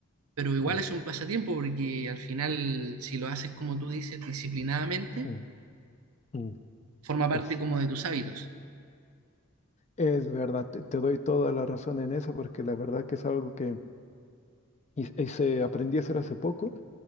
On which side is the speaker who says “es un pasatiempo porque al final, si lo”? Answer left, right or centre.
Right